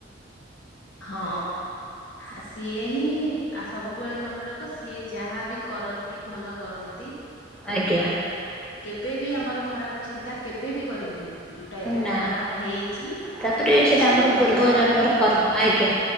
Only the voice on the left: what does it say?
ହଁ ଆ ସିଏ ହିଁ ଆ ସବୁବେଳେ ମନେ ରଖ ସିଏ ଯାହା ବି କରନ୍ତି ଭଲ କରନ୍ତି।
କେବେବି ଆମର ଖରାପ ଚିନ୍ତା କେବେବି କରିବେନି। ଯଉଟା ଏବେ
ଖରାପ ହେଇଚି
ସେଟା କିଛି
ଭଲ
ପାଇଁ